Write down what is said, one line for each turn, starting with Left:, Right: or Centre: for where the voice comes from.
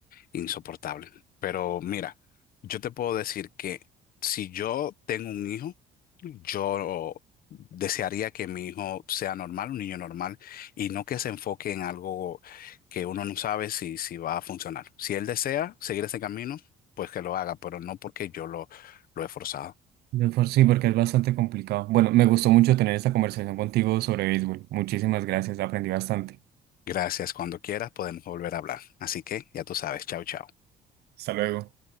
Left: insoportable. Pero mira, yo te puedo decir que si yo tengo un hijo, yo desearía que mi hijo sea normal, un niño normal, y no que se enfoque en algo que uno no sabe si, si va a funcionar. Si él desea seguir ese camino, pues que lo haga, pero no porque yo lo, lo he forzado.
Right: De por sí, porque es bastante complicado. Bueno, me gustó mucho tener esta conversación contigo sobre béisbol. Muchísimas gracias, aprendí bastante.
Left: Gracias. Cuando quieras podemos volver a hablar. Así que ya tú sabes. Chao, chao.
Right: Hasta luego.